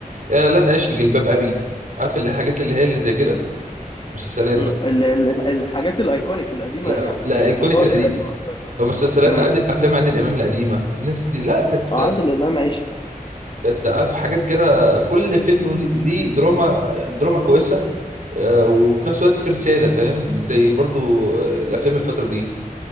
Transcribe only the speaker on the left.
مم.
مم.
ال- ال- الحاجات الايكونيك القديمه
يعني
اللي
تعتبر
قديمه شويه
مم.
اه عادل امام عيش